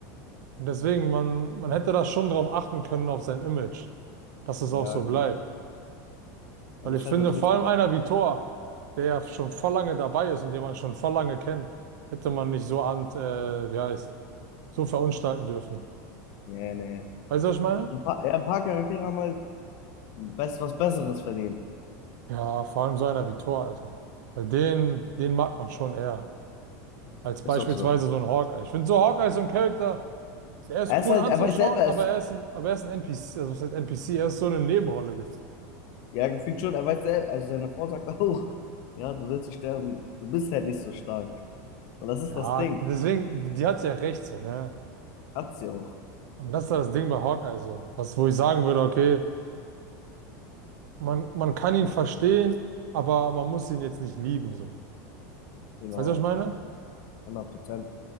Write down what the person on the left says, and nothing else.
Ja,
genau.
Ja, das
ist
halt das
Wichtige.
Nee, nee.
So ein paar, ja, ein paar Charaktere haben halt best, was Besseres verdient.
Ist doch so.
Er ist
halt,
er weiß selber,
es,
ja, gefühlt schon, er weiß selber, also seine Frau sagt <laughs> auch, ja, du sollst dich sterben, du bist halt nicht so stark. Und das ist
das Ding.
Hat sie auch.
Genau.
hundert Prozent.